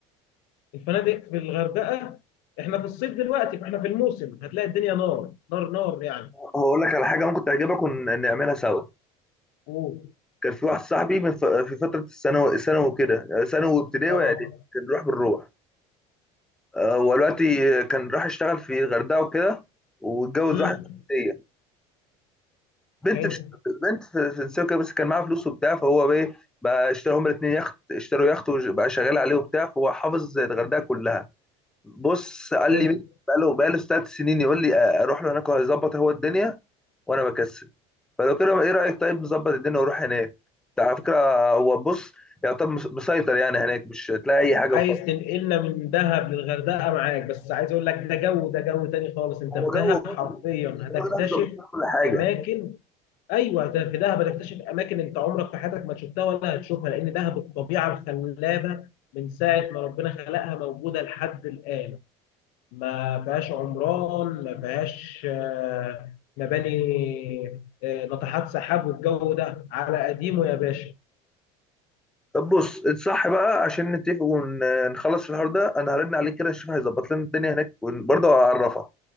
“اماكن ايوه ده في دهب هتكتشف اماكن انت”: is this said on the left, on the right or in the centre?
Left